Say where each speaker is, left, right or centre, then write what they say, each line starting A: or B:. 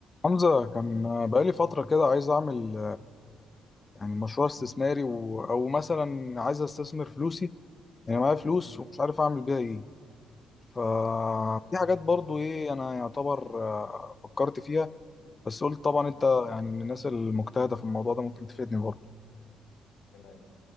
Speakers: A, on the left (about 30°); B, on the left (about 80°).
A: حمزة كان بقالي فترة كده عايز أعمل يعني مشروع استثماري و... أو مثلا عايز أستثمر فلوسي يعني معايا فلوس
B: امم
A: ومش عارف أعمل بيها إيه ففي
B: تمام
A: حاجات برضو إيه أنا يعتبر آه، فكرت فيها بس قلت طبعا أنت
B: امم
A: يعني من الناس المجتهدة في الموضوع ده ممكن تفيدني برضو
B: تمام